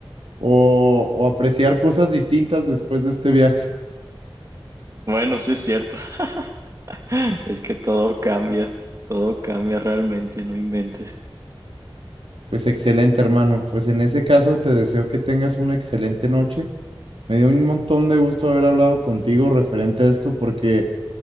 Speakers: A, on the right; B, on the right.
A: o, o apreciar cosas distintas después de este viaje.
B: Bueno, sí es cierto. <laughs> Es que todo cambia, todo cambia realmente, no inventes.
A: Pues excelente, hermano. Pues en ese caso, te deseo que tengas una excelente noche. Me dio un montón de gusto haber hablado contigo referente a esto, porque